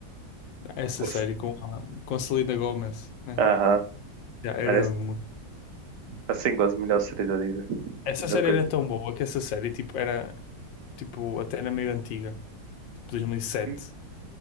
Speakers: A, on the left (about 80°); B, on the right (about 70°).
A: Essa
B: Esse-
A: série com a, com a Selena Gomez, né?
B: Aham.
A: Já era
B: Merece.
A: muito.
B: Assim, gosto melhor série da Disney.
A: Essa
B: Melhor
A: série
B: coisa.
A: era tão boa que essa série tipo, era tipo, até era meio antiga, tipo 2007.
B: Uhum,
A: E sete.